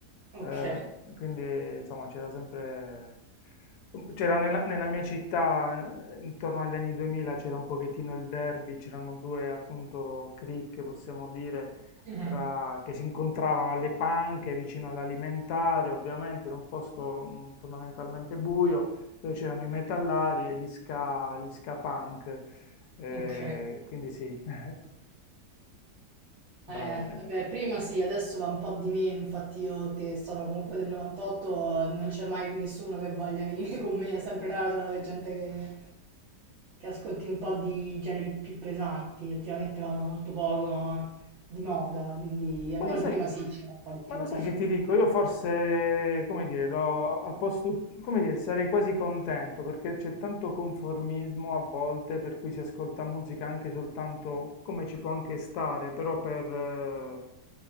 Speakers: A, on the right (about 65°); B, on the left (about 75°).
A: Ok,
B: eh, quindi insomma c'era sempre... C'era nella, nella mia città, eh, intorno agli anni 2000, c'era un pochettino il derby, c'erano due appunto cricche, possiamo dire,
A: mhm,
B: tra- che si incontravano alle panche vicino all'alimentare, ovviamente in un posto mh, fondamentalmente buio, dove c'erano i metallari e gli ska, gli ska punk. Eh,
A: ok.
B: quindi sì, <laughs> brava
A: Eh,
B: gente.
A: beh, prima sì, adesso va un po' di meno, infatti io che sono comunque del 98 eh, non c'è mai nessuno che voglia venire con me, è sempre raro trovare gente che, che ascolti un po' di generi più pesanti, ultimamente vanno molto poco di moda, quindi almeno
B: Ma lo sai,
A: prima sì, c'era un po' di
B: ma
A: più.
B: lo sai che ti dico? Io forse, come dire, lo- al posto, come dire, sarei quasi contento perché c'è tanto conformismo a volte per cui si ascolta musica anche soltanto come ci può anche stare, però per, eh,